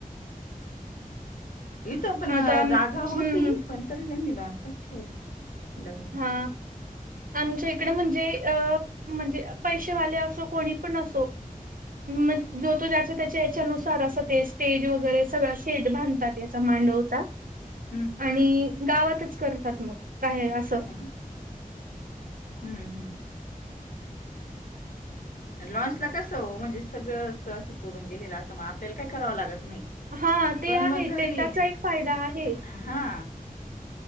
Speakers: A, on the left; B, on the right.
A: इथं पण
B: आता हम्म
A: जागा होती
B: हम्म
A: पण तरी त्यांनी लाच ठेवलं लग्न.
B: हा आमच्या इकड म्हणजे अ म्हणजे पैसे वाले अस कोणी पण असो म जो त त्या याच्यानुसार अस ते स्टेज वगैरे सग सेट बांधतात याचा मांडवचा
A: हं.
B: आणि गावातच करतात मग काय अस
A: ब ना हम्म हम्म आणि लॉन्सला कसं हो म्हणजे सगळं असं असं तोडून दिलेलं असतं मग आपल्याला काय करावं लागत नाही.
B: हा ते
A: पण
B: आहे
A: मग
B: ते
A: घरी
B: त्याचा एक फायदा आहे.
A: हां,